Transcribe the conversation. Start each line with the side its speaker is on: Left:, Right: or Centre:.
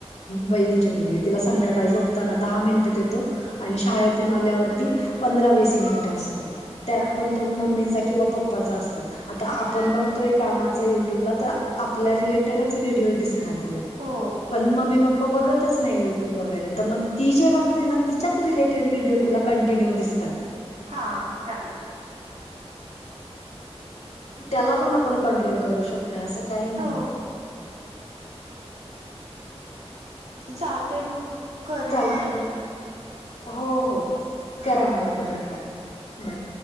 Left: बहिणीची मुलगी तिला संध्याकाळी झोपताना दहा मिंनट देतो आणि शाळेतून आल्यावरती पंधरा वीस मिंनट असतो त्यांत
Right: हा
Left: पण तो मंम्मीचा किंवा पप्पाचा असतो आता आपण बघतोय कामाच युट्यूबला तर आपल्या रिलेटेडच व्हिडिओ दिस पन
Right: हो
Left: मम्मी प्पा प बघतच नाही यूट्यूब वगैरे तर मंग ती जे बघतेंय ना तिच्याच रिलेटेड व्हिडिओ तिला कंटिन्यू दिसतात
Right: हा कामच
Left: त्यांला पण आपण कंट्रोल करू शकतोय असं काही नाही
Right: हो चांलतय मग करेन
Left: चांल
Right: परत तुम्हाला
Left: हो हो
Right: हा
Left: करा
Right: बाय
Left: मला परत कॉल बाय